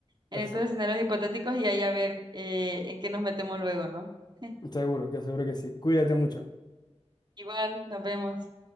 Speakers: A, on the right (about 40°); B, on the left (about 35°).
A: en
B: exacto.
A: estos escenarios hipotéticos y ahí a ver eh, en qué nos metemos luego, ¿no? <laughs>
B: Seguro, que seguro que sí. Cuídate mucho.
A: Igual, nos vemos.